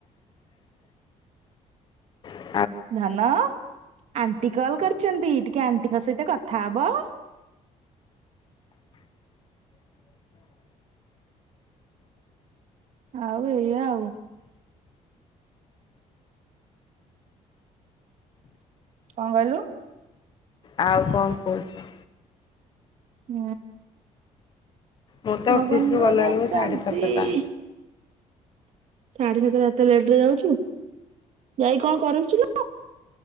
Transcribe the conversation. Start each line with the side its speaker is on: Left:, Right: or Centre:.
Left: ଆ <unintelligible>
Right: ଧନ ଆଣ୍ଟି କଲ କରିଛନ୍ତି ଟିକେ ଆଣ୍ଟିଙ୍କ ସହିତ କଥା ହବ। ଆଉ ଏଇଆ ଆଉ। କଣ କହିଲୁ?
Left: ଆଉ କଣ କହୁଛୁ।
Right: ହୁଁ
Left: ମୁଁ ତ
Right: ଭଗବାନଙ୍କ
Left: ଅଫିସରୁ ଗଲାବେଳକୁ
Right: ଦୟାରୁ ଚାଲିଛି
Left: ସାଢ଼େ ସାତଟା।
Right: ସାଢେ ସାତଟା ଏତେ ଲେଟରେ ଯାଉଛୁ, ଯାଇ କଣ କରୁଛୁନା